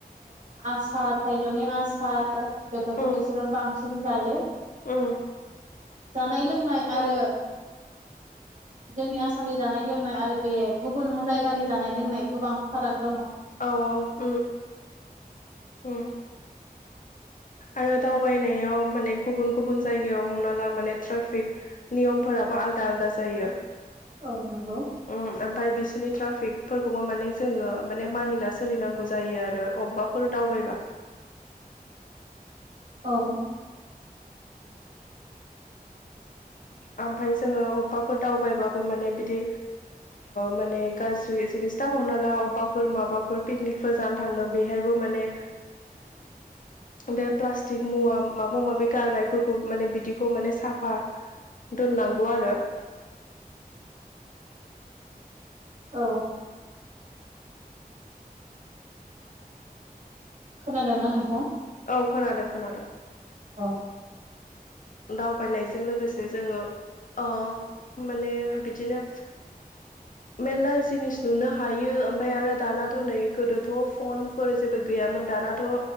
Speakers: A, on the right; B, on the left.
A: आसार थाइजौनि आसार बेफोरखौ
B: उम
A: बिसोरो बांसिन जायो
B: उम
A: जानाय लोंनाय
B: औ
A: आरो जोंनि आसामनि जानाय लोंनाय आरो बे गुबुन जायगानि जानाय लोंनाय गोबां फाराग
B: औ औ उम उम आरो दावबायनायाव माने गुबुन गुबुन जायगायाव हमना ला माने ट्राफिक नियमफोरा आलदा आलदा जायो
A: औ नंगौ
B: उम ओमफ्राय बिसोरनि ट्राफिकफोरखौबो माने जोङो माने मानिना सोलिनांगौ जायो आरो अबेबाफोर दावबायबा <inaudible>
A: औ
B: ओमफाय जोङो अबेबाफोर दावबायबाबो माने बिदि माने गाज्रि सिथा हमना ला अबेबाफोर माबाफोर पिकनिकफोर जानो थांदों बेहायबो माने बे प्लास्टिक मुवा माबा माबि गारनायफोरखौ माने बिदिखौ माने साफा दोननांगौ आरो
A: औ खोनादोंना नोंथां
B: औ खोनादों खोनादों
A: औ
B: दावबायनायजों लोगोसे जोङो अ माने बिदिनो मेरला जिनिस नुनो हायो ओमफफ्राय आरो दानाथ' नै गोदोथ' फनफोर जेबो गैया गैयामोन दानाथ'